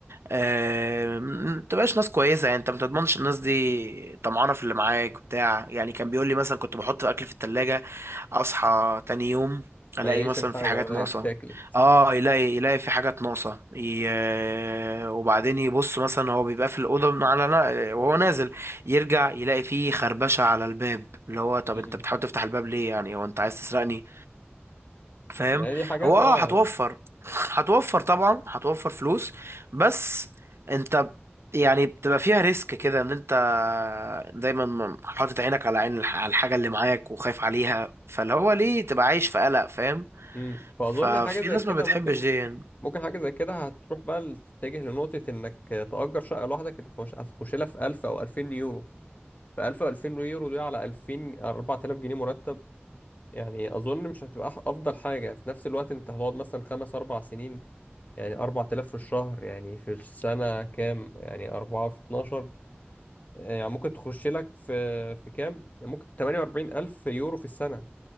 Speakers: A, on the right; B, on the left.
A: آه، ما تبقاش ناس كويسه يعني انت ما تضمنش الناس دي طمعانه في اللي معاك بتاع يعني كان بيقول لي مثلا كنت بحط اكل في التلاجة اصحى تاني يوم الاقي
B: ما يلاقيش
A: مثلا
B: الحاجة
A: في حاجات
B: ولا
A: ناقصه
B: تاكل
A: اه يلاقي يلاقي في حاجات ناقصه ي... آه، وبعدين يبص مثلا هو بيبقى في الاوضه على نا- وهو نازل يرجع يلاقي فيه خربشه على الباب اللي هو طب
B: مم.
A: انت بتحاول تفتح الباب ليه يعني هو انت عايز تسرقني فاهم
B: يعني دي حاجات
A: هو
B: اه
A: اه هتوفر
B: يعني
A: هتوفر طبعا هتوفر فلوس بس انت يعني بتبقى فيها ريسك كده ان انت دايما م- حاطط عينك على عين الح- على الحاجة اللي معاك وخايف عليها فاللي هو ليه تبقى عايش في قلق فاهم
B: امم فاظن
A: ففي
B: حاجه زي
A: ناس
B: كده
A: ما بتحبش
B: ممكن
A: دي يعني
B: ممكن حاجه زي كده هتروح بقى تتجه لنقطه انك تأجر شقه لوحدك هتخش هتخش لها في 1000 او 2000 يورو ف 1000 او 2000 يورو دي على 2000 4000 جنيه مرتب يعني اظن مش هتبقى أح- افضل حاجه في نفس الوقت انت هتقعد مثلا خمس اربع سنين يعني 4000 في الشهر يعني في السنه كام يعني 4 في 12 يعني ممكن تخش لك في في كام يعني ممكن 48000 يورو في السنه